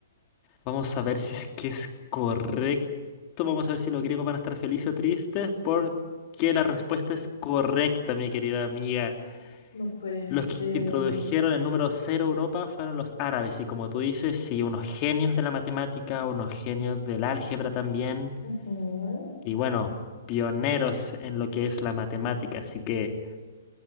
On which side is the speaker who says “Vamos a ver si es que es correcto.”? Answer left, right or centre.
Left